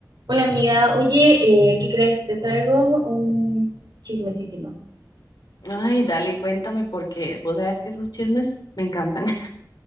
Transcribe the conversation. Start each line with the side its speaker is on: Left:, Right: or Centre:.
Right: Hola amiga, oye, eh, ¿qué crees? Te traigo un chismesísimo.
Left: Ay, dale, cuéntame, porque vos sabes que esos chismes me encantan.